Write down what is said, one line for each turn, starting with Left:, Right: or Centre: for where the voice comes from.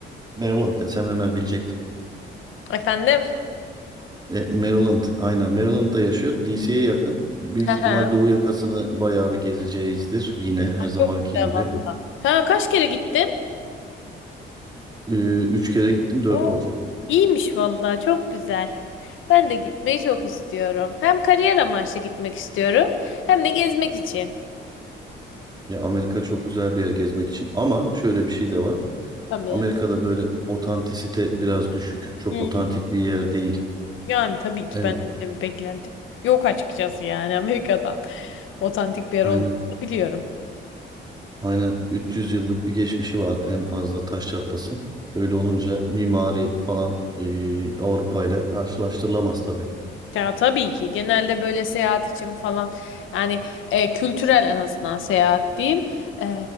Right: Maryland desem hemen bilecektim.
Left: Efendim?
Right: E, Maryland aynen Maryland'da yaşıyor. DC'ye yakın. Büyük
Left: Aha,
Right: ihtimal doğu yakasını bayağı bir gezeceğizdir. Yine her zamanki
Left: çok güzel
Right: gibi.
Left: valla. Sen kaç kere gittin?
Right: Ee, Üç kere gittim dört
Left: Oo,
Right: olacak.
Left: iyiymiş valla çok güzel. Ben de gitmeyi çok istiyorum. Hem kariyer amaçlı gitmek istiyorum hem de gezmek için.
Right: Ya Amerika çok güzel bir yer gezmek için. Ama şöyle bir şey de var.
Left: Tabii.
Right: Amerika'da böyle otantisite biraz düşük. Çok
Left: Hı hı.
Right: otantik bir yer değil.
Left: Yani tabii ki
Right: Evet.
Left: ben öyle bir beklentim yok açıkçası yani Amerika'dan. Otantik bir yer
Right: Aynen.
Left: olmadığını biliyorum.
Right: Aynen. 300 yıllık bir geçmişi var en fazla taş çatlasın. Öyle olunca mimari falan e, Avrupa ile karşılaştırılamaz tabii.
Left: Ya tabii ki genelde böyle seyahat için falan yani e, kültürel en azından seyahat diyeyim E,